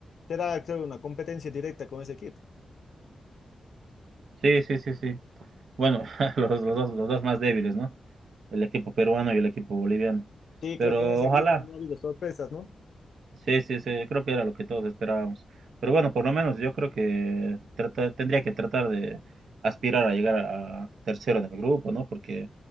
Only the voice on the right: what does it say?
Sí, sí, sí, sí. Bueno, <laughs> los, los dos, los dos más débiles, ¿no? El equipo peruano y el equipo boliviano.
Pero
ojalá,
Sí, sí, sí, creo que era lo que todos esperábamos. Pero bueno, por lo menos yo creo que trata- tendría que tratar de aspirar a llegar a tercero en el grupo, ¿no? Porque,